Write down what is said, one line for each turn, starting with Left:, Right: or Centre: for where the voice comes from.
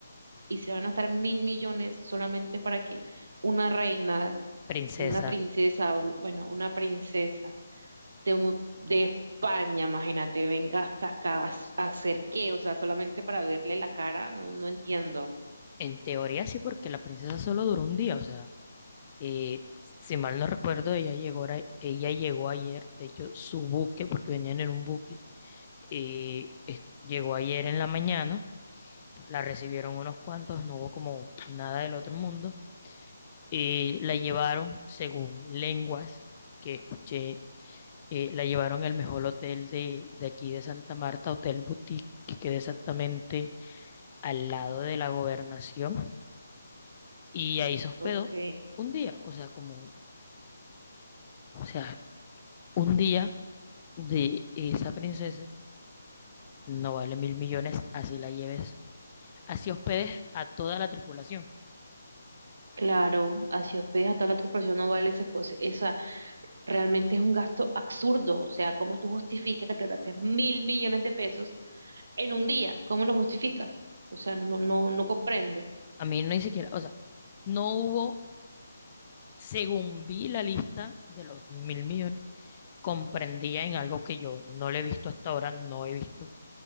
Right: y se van a gastar mil millones solamente para que una reina,
Left: Princesa.
Right: una princesa, o, bueno, una princesa de, un- de España, imagínate, venga hasta acá a, s- a hacer qué, o sea, solamente para verle la cara, no, no entiendo.
Left: En teoría sí, porque la princesa solo duró un día, o sea, eh, si mal no recuerdo, ella llegó, ahora- ella llegó ayer, de hecho, su buque, porque venían en un buque, eh, es- llegó ayer en la mañana, la recibieron unos cuantos, no hubo como nada del otro mundo, eh, la llevaron, según lenguas que escuché, eh, la llevaron al mejor hotel de, de aquí de Santa Marta, Hotel Boutique, que queda exactamente al lado de la gobernación. Y ahí se hospedó
Right: Ok,
Left: un día, o sea, como, o sea, un día de esa princesa no vale mil millones, así la lleves, así hospedes a toda la tripulación.
Right: claro, así hospedas a toda la tripulación no vale esa cosa, esa realmente es un gasto absurdo, o sea, ¿cómo tú justificas que te gastes mil millones de pesos en un día? ¿Cómo lo justificas? O sea, no, no, no comprendo.
Left: A mí no ni siquiera, o sea, no hubo, según vi la lista de los mil millones, comprendía en algo que yo no le he visto hasta ahora, no he visto